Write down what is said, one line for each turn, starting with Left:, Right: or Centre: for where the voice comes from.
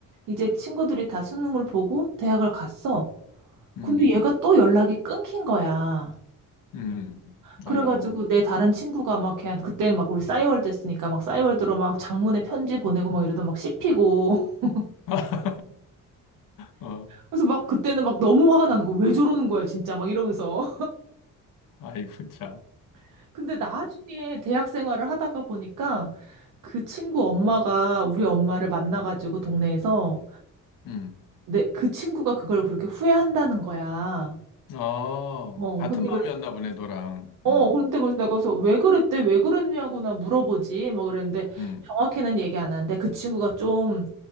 Right: 이제 친구들이 다 수능을 보고 대학을 갔어.
Left: 음,
Right: 근데 얘가 또 연락이 끊긴 거야.
Left: 음,
Right: 그래가지고
Left: 아이고,
Right: 내 다른 친구가 막 걔한테 그때는 막 우리 싸이월드 했으니까 막 싸이월드로 막 장문의 편지 보내고 막 이러다 막 씹히고 <laughs>
Left: <laughs> 어,
Right: 그래서 막 그때는 막 너무 화가 나는 거 왜 저러는 거야 진짜 막 이러면서
Left: 아이고, 참,
Right: <laughs> 근데 나중에 대학 생활을 하다가 보니까 그 친구 엄마가 우리 엄마를 만나가지고 동네에서
Left: 음,
Right: 내 그 친구가 그걸 그렇게 후회한다는 거야.
Left: 어,
Right: 어,
Left: 같은
Right: 근데
Left: 마음이었나
Right: 그,
Left: 보네, 너랑.
Right: 어,
Left: 음,
Right: 근데 그래서 내가 그래서 왜 그랬대? 왜 그랬냐고 나 물어보지? 뭐 그랬는데
Left: 음,
Right: 정확히는 얘기 안 하는데 그 친구가 좀